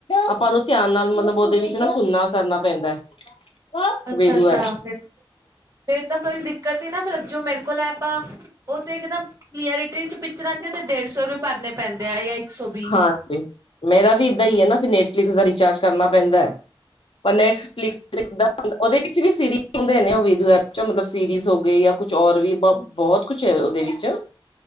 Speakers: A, on the left (about 70°); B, on the right (about 35°).
A: ਆਪਾਂ ਉਹਨੂੰ ਧਿਆਨ ਨਾਲ ਮਤਲਬ ਉਹਦੇ ਵੀ ਉਹ 'ਚ ਨਾ ਸੁਣਨਾ ਕਰਨਾ ਪੈਂਦਾ। ਹੈ।
B: ਅੱਛਾ
A: ਵੇਦੂ
B: -ਅੱਛਾ
A: ਐਪ
B: ਫਿਰ, ਫੇਰ ਤਾਂ ਕੋਈ ਦਿੱਕਤ ਨੀ ਨਾ ਮਤਲਬ, ਜੋ ਮੇਰੇ ਕੋਲ ਹੈ, ਐਪ ਆ ਉਹ ਤੇ ਇੱਕਦਮ, ਕਲੀਅਰਿਟੀ 'ਚ ਪਿਕਚਰਾਂ ਦੀ ਤੇ ਡੇਢ ਸੌ ਰੁਪਏ ਭਰਨੇ ਪੈਂਦੇ ਆ ਜਾਂ ਇੱਕ ਸੌ ਵੀ,
A: ਹਾਂਜੀ ਮੇਰਾ ਵੀ ਇਏਦਾਂ ਹੀ ਹੈ ਨਾ, ਨੈਟਫਲਿਕਸ ਦਾ ਰਿਚਾਰਜ ਕਰਨਾ ਪੈਂਦਾ ਹੈ, ਪਰ ਨੈਟਫਲਿਕਸ ਦਾ ਉਹਦੇ ਵਿੱਚ ਵੀ ਸੀਰੀਜ਼ ਹੁੰਦੇ ਨੇ, ਉਹ ਵੀਦੂ ਐਪ 'ਚ ਮਤਲਬ ਸੀਰੀਜ਼ ਹੋ ਗਏ ਜਾਂ ਕੁਛ ਹੋਰ ਵੀ ਬ ਬਹੁਤ ਕੁਛ ਉਹਦੇ ਵਿੱਚ